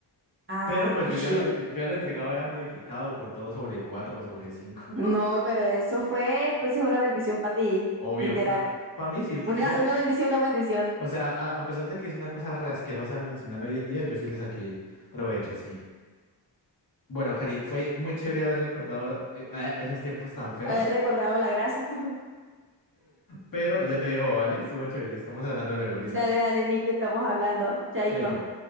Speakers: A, on the right; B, on the left.
A: Ah,
B: Pero pues
A: uy,
B: yo ya lo, yo, yo ya lo entregado era modificado con todo sobre 4 sobre cinco
A: no,
B: <laughs>
A: pero eso fue entonces una bendición para ti,
B: Obvio,
A: literal.
B: fue una... Para mí sí, pues,
A: Una,
B: yo-
A: una bendición, una maldición,
B: o sea, a, a pesar de que es una cosa rasquerosa mencionar hoy en día, yo sí le saqué provecho, sí. Bueno, Cari, fue muy chévere haber recordado eh, eh, esos tiempos tan feos.
A: haber recordado la grasa.
B: <laughs> Pero ya te dejo, ¿vale? Estuvo chévere. Estamos hablando luego, ¿listo?
A: Dale, dale, Nico, estamos hablando. Chaito.
B: Chaito.